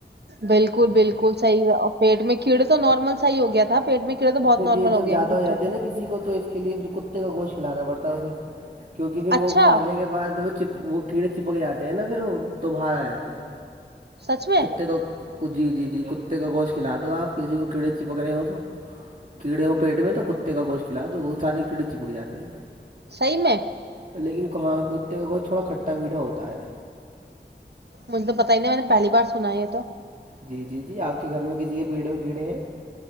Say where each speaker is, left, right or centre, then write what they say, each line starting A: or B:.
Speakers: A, on the right; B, on the right.
A: بالکل بالکل صحیح پیٹ میں کیڑے تو نارمل صحیح ہو گیا تھا پیٹ میں کیڑے تو بہت
B: پھر
A: نارمل
B: یہ جب
A: گئے
B: زیادہ
A: بچوں
B: ہو جاتے
A: میں
B: ہیں نا کسی کو تو اس کے لیے پھر کتے کا گوشت کھلانا پڑتا ہے اسے کیونکہ پھر وہ
A: اچھا
B: کھانے کے بعد وہ چ وہ کیڑے چپک جاتے ہیں نا پھر وہ تو باہر آ جاتے ہیں
A: سچ میں
B: کتے کو جی جی جی کتے کا گوشت کھلاا دو آپ کسی کو کیڑے چپک رہے ہو تو کیڑے وہ پیٹ میں تو کتے کا گوش کھلا دو وہ سارے کیڑے چپک جاتے ہیں
A: صحیح میں
B: لیکن کہاں کتے کا گوشت تھوڑا کھٹا میٹھا ہوتا ہے
A: مجھے تو پتا ہی نہیںا میں نے پہلی بار سنا ہے یہ تو
B: جی جی جی آپ کے گھر میں کسی کے پیٹ میں کیڑے ہیں